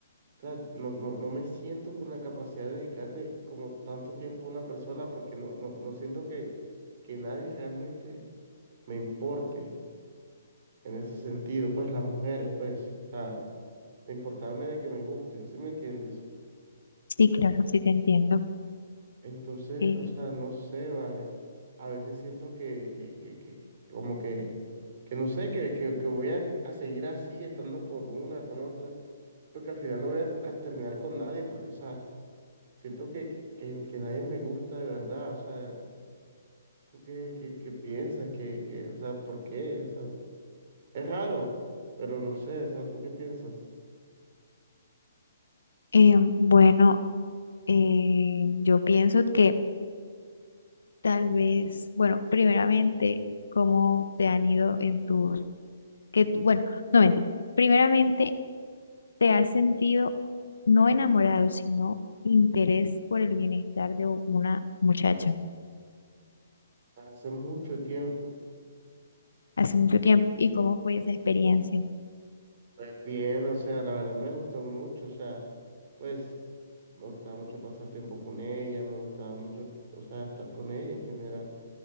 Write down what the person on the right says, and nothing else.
o sea, no, no, no me siento con la capacidad de dedicarle como tanto tiempo a una persona porque no, no, no siento que, que nadie realmente me importe en ese sentido, pues las mujeres, pues, o sea, de importarme de que me gusten, ¿sí me entiendes?
Entonces,
o sea, no sé, vale. A veces siento que, que, que, que- que como que, que no sé, que, que, que voy a, a seguir así, estando con una, con otra, porque al final no voy a, a terminar con nadie, porque, o sea, siento que, que, que- que nadie me gusta de verdad, o sea, ¿tú qué, qué, qué piensas? que que o sea, ¿por qué? O sea, es raro, pero no sé, o sea, ¿tú qué piensas?
Hace mucho tiempo.
Pues bien, o sea, la verdad me gustó mucho, o sea, pues me gustaba mucho pasar tiempo con ella, me gustaba mucho, o sea, estar con ella en general.